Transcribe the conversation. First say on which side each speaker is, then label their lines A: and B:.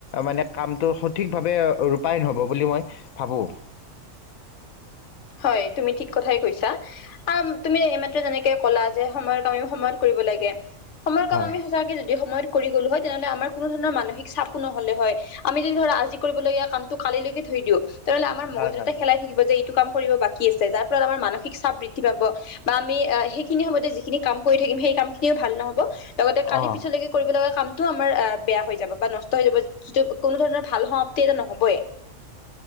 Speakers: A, on the left (about 85°); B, on the left (about 60°).
A: মানে কামটো সঠিকভাৱে ৰূপায়ণ হ'ব বুলি মই ভাবোঁ
B: হয় তুমি ঠিক কথাই কৈছা আ তুমি এইমাত্ৰ যেনেকে কলা যে সময়ৰ কামে সময়ত কৰিব লাগে সময়ৰ কাম
A: হয়
B: আমি সঁচাকে য দি সময়ত কৰি গলো হয় তেনেহলে আমাৰ কোনো ধৰণৰ মানসিক চাপো নহলে হয় আমি যদি ধৰা আজি কৰিবলগীয়া কামটো কালিলৈকে থৈ দিওঁ তেনেহলে আমাৰ মগজুতে
A: হয় হয়
B: খেলাই থাকিব যে এইটো কাম কৰিব বাকী আছে যাত আমাৰ মানসিক চাপ বৃদ্ধি পাব বা আমি সেইখিনি সময়তে যিখিনি কাম থাকিম, সেই কামখিনিও ভাল নহব। লগতে কালি
A: অঁ
B: পিছলৈকে কৰিবলগা কাম টো আমাৰ অ' বেয়া হৈ যাব বা নষ্ট হৈ যাব। যিটো কোনোধৰণৰ ভাল সমাপ্তি এটা নহবয়ে।